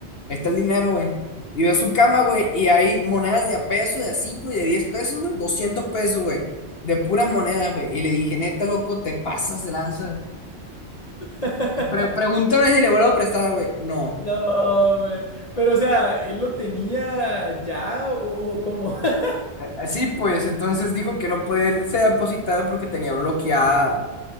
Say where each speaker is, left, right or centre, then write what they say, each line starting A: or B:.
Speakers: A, on the left; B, on the left.
A: ahí está el dinero, güey. Y veo su cama, güey, y hay monedas de a peso, de a cinco y de 10 pesos, güey, 200 pesos, güey, de puras monedas, güey. Y le dije, neta, loco, te pasas de lanza.
B: ya. <laughs>
A: Pre- pregúntame si le vuelvo a prestar, güey. No.
B: No, hombre. Pero, o sea, ¿él lo tenía ya o, o cómo? <laughs>
A: Así pues, entonces dijo que no podía irse a depositar porque tenía bloqueada.